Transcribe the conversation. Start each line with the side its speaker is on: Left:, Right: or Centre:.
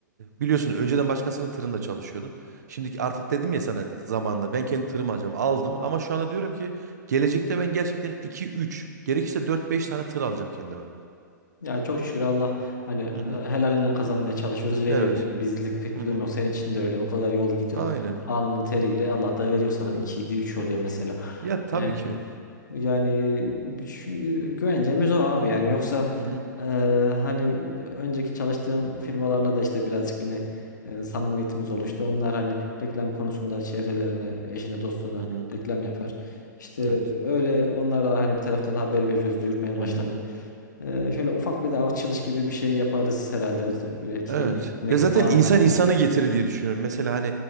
Right: biliyorsun önceden başkasının tırında çalışıyordum. Şimdiki artık dedim ya sana zamanında ben kendi tırımı alacağım. Aldım ama şu anda diyorum ki gelecekte ben gerçekten iki üç gerekirse dört beş tane tır alacağım kendime.
Left: Ya çok şükür Allah hani e,
Right: Hı hı.
Left: helalinden kazanmaya çalışıyoruz veriyor
Right: Evet.
Left: yani bizlik pek
Right: Hı
Left: bir
Right: hı.
Left: durum yok. Senin için de öyle o kadar yol gidiyorsun
Right: Aynen.
Left: alnın teriyle
Right: Hı hı.
Left: Allah da veriyor sana 2 3 oluyor
Right: Ya,
Left: mesela.
Right: ya tabii
Left: Yani
Right: ki.
Left: Yani şu- güvencemiz o abi yani yoksa
Right: Hı hı.
Left: e, hani önceki çalıştığım firmalarla da işte birazcık yine e, samimiyetimiz oluştu. Onlar hani reklam konusunda çevrelerine, eşine, dostuna
Right: Hı hı.
Left: reklam yapar. İşte
Right: Evet.
Left: öyle onlara da hani bir taraftan haber veriyoruz, duyurmaya
Right: Hı
Left: başladık.
Right: hı.
Left: E, şöyle ufak bir de açılış gibi bir şey yaparız herhalde. O z- belki
Right: Evet.
Left: yemek, yemekli
Right: Ya zaten
Left: falan
Right: insan
Left: olur belki.
Right: insanı getirir diye düşünüyorum. Mesela hani